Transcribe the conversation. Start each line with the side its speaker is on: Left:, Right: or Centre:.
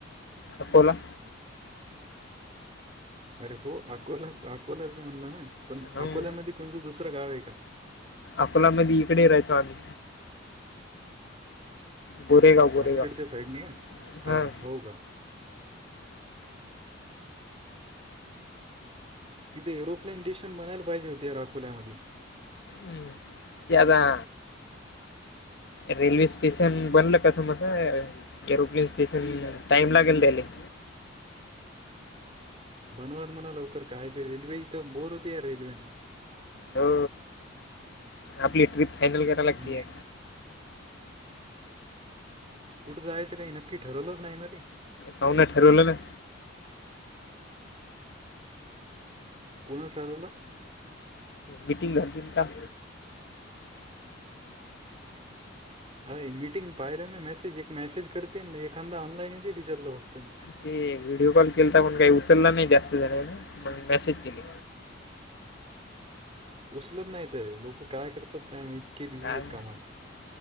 Left: अकोला!
Right: अरे, हो अकोलाच अकोल्याच म्हणलं ना पण.
Left: हं.
Right: अकोल्यामध्ये कोणचं दुसरं गाव आहे का?
Left: अकोलामध्ये इकडे राहयतो आम्ही! गोरेगाव गोरेगाव
Right: अलीकडच्या साईडने का हा,
Left: हां
Right: हो का? तिथे एरोप्लेन स्टेशन बनायला पाहिजे होते अकोल्यामध्ये.
Left: हम्म त्यांना रेल्वे स्टेशन बनलं कसं बसं, एरोप्लेन स्टेशन टाइम लागेल त्यले. <inaudible>
Right: बनवाल म्हणा लवकर काय ते रेल्वे इथ बोर होते या रेल्वेन.
Left: हो, आपली ट्रिप फायनल कराय लागतीय.
Right: हम्म. कुठं जायचं काही नक्की ठरवलंच नाही रे?
Left: हाऊ ना ठेरवलना!
Right: कोणाच ठरवलं?
Left: मीटिंग झालती ना काल.
Right: अरं मिटिंग पाहिलं मी मेसेज एक मेसेज करते ना, एखादा ऑनलाईन येत विचारलं फक्त.
Left: ते व्हिडिओ कॉल केलता तर पण काही उचलला नाही जास्तजणांनी पन मेसेज केले.
Right: उचलत नाहीत, लोक काय करतात काय माहित इतके बिझी
Left: काय
Right: आहेत कामात.